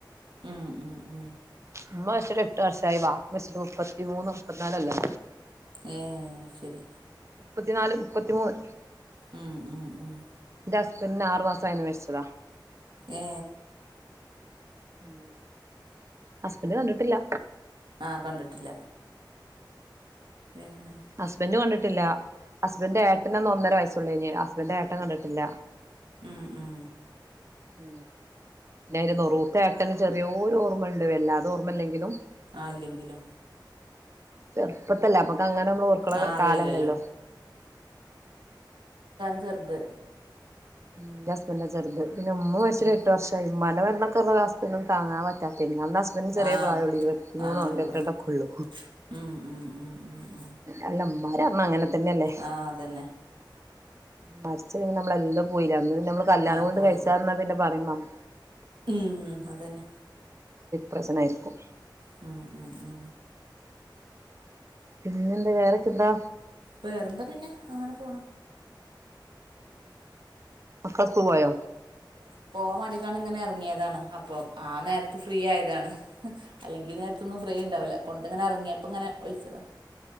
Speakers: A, on the right; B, on the right.
A: ഉം ഉം ഉം
B: ഉമ്മ വെച്ചിട്ട എട്ട് വർഷമായി വാ മെച്ചിട്ട് മുപ്പത്തിമൂന്ന് മുപ്പത്തിനാലല്ലേ
A: ഏ ശരി
B: മുപ്പത്തിനാല് മുപ്പത്തിമൂന്ന്
A: ഉം ഉം ഉം
B: എന്റെ ഹസ്ബൻഡന് ആറു മാസയരുന്നു മരിച്ചതാ
A: ഏ
B: ഉം ഹസ്ബന്ഡ് കണ്ടിട്ടില്ല
A: ആഹ കണ്ടിട്ടില്ല ഏഹ്
B: ഹസ്ബന്ഡ കണ്ടിട്ടില്ല ഹസ്ബൻഡന്റെ ഏട്ടന് ഒന്ന് ഒന്നര വയസുള്ളൂ കഴിഞ് ഹസ്ബൻഡന്റെ ഏട്ടൻ കണ്ടിട്ടില്ല
A: ഉം ഉം
B: ഉ പിന്ന് നൊറുത്തെ എട്ടന് ചെറിയൊരു ഓർമ്മുണ്ട് വല്ലാതെ ഓർമ്മയില്ലെങ്കിലും
A: ആല്ലുംകില
B: ചെറുപ്പത്തില്ലേ അപ്പൊക്ക അങ്ങനെ നമ്മളർക്കുള്ള
A: ആഹ്
B: കാലല്ലല്ലോ
A: അറിയില്ലല്ലോ ചെറത്
B: ന്റെ ഹാസബഡാ ചെറുത് പിന്നെ ഉമ്മ മരിച്ചട്ട
A: ഉം
B: എട്ട്ർഷ ഇമാ വരുന്നൊക്ക ഉള്ള ഹസ്ൻും താങ്ങാൻറ്റാത്തനി ഹസ്ബൻഡ ചെിയ
A: ആഹ്
B: പ്രായഉള്ളു ഇരു ഇരു പത്തിമൂന്നോ
A: ആഹ്
B: അയിരത്തി
A: ഉള്ളു
B: രണ്ടൊക്കെ ഉള്ളൂ
A: ഉം ഉം ഉം ഉം ഉം
B: അല്ലമാര അണാ അങ്ങനെ തന്നെയല്ലേ
A: ആ അതന്നെ
B: മരിച്ചരുമ്പ നമ്മളെല്ലാം പോയില്ല അന്ന് പിന്ന നമ്മള് കല്യാണം
A: ആ
B: കൊണ്ട്
A: പോയില്ലേ
B: കഴിച്ചാന്നാ പിന്നെ പറയ
A: ഉം അതന്നെ
B: പ്രച്ചനായിരിക്ക
A: മം ഉ ഉ
B: പിന്നെ എന്താ വേറെൊക്കെന്താ
A: വേറെന്താ പിന്നെ അങ്ങനെ പോണ
B: അക്കകവായാ
A: പോ മലിക്ക ഇങ്ങനെ ഇറങ്ങിയതാണ് അപ്പൊ ആ നേരത്തെ ഫ്രീ ആയതാണ് അല്ലെങ്കിൽ നേരത്തൊന്നും ഫ്രീ ഉണ്ടാവില്ല കൊണ്ട ഇങ്ങനെ ഇറങ്ങിയപ്പ ഇങ്ങനെ വിളിച്ചതാ